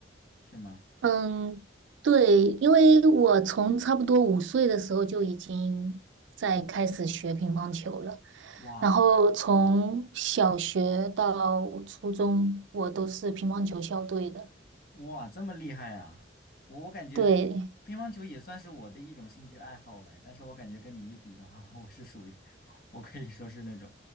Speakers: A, on the left; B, on the right.
A: 是吗？
B: 嗯，对，因为我从差不多五岁的时候就已经在开始学乒乓球了，
A: 哇，
B: 然后从小学到初中，
A: 嗯。
B: 我都是乒乓球校队的。
A: 哇，这么厉害啊！我我感觉
B: 对，
A: 乒乓球也算是我的一种兴趣爱好哎，但是我感觉跟你一比的话，我是属于，我可以说是那种